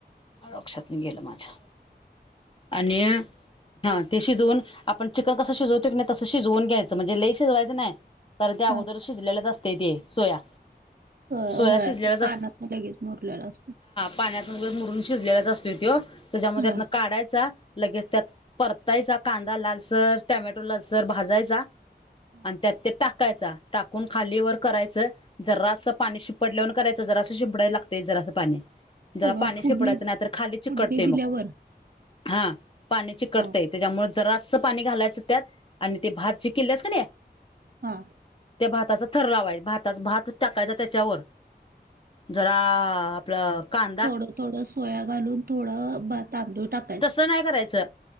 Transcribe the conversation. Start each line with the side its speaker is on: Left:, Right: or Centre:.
Left: लक्षात न गेलं माझ्या. आणि हा ते शिजवून आपण चिकन कसं शिजवतो की नाही तं शजवून घ्यायचं म्हणजे लई शिजवायचं नाही. कारण त्या अगोदर
Right: हा,
Left: शिजलेलेच असते ते सोया.
Right: होय
Left: सोया
Right: होय
Left: शिजलेलाच
Right: ते पानात लगेच मुरलेलं असतय् ते.
Left: पाण्यातूनग मुरून शिजलेलाच असतोय त्यो, त्याच्यामध्ये
Right: हा.
Left: त्यातन काढायचा. लगेच त्यात परतायचा कांदा लालसर, टमॅटो लालसर भाजायचा.
Right: हा,
Left: आणि त्यात ते टाकायचा, टाकून खालीवर करायचं. जरा असं पाणी शिपडल्यावरून करायचं जरासं शिपडायला लागते जरा असं पाणी. जरा
Right: सगळं
Left: पाणी
Right: फुडणी
Left: शिपडायचं नाही तर खाली चिकटते
Right: फुडणी
Left: मग,
Right: दिल्यावर
Left: हा पाणी चिकटते.
Right: हा
Left: त्याच्यामुळे जरासं पाणी घालायचं त्यात, आणि ते भात जे केल्यास कणी
Right: हा.
Left: ते भाताचं थर लावायच, भाताच भात टाकायचा त्याच्यावर जरा आपलं कांदा
Right: थोडं थोडं सोया घालून, थोडं तांदूळ टाक
Left: तसं नाही करायचं,